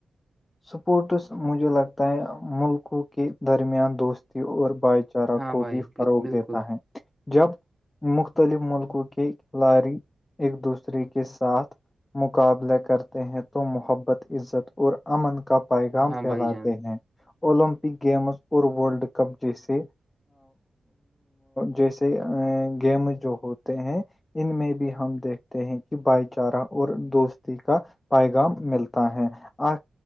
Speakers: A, on the left; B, in the centre.
A: سپورٹس مجھے لگتا ہے ملکوں کے درمیان دوست اور بھائی چارہ
B: ہاں
A: کو
B: بھائی
A: بھی فروغ
B: بالکل
A: دیتا ہے جب مختلف ملکوں کے کھلاڑی ایک دوسرے ری کے ساتھ مقابلہ کرتے ہیں تو محبت عزت اور امن کا پیغام
B: ہاں
A: پھیلاتے
B: بھائی جان
A: ہیں اولمپک گیمز اور ورلڈ کپ جیسے جیسے گیم جو ہوتے ہیں ان میں بھی ہم دیکھتے ہیں کہ بھائی چارہ اور دوستی کا پیغام ملتا ہے آ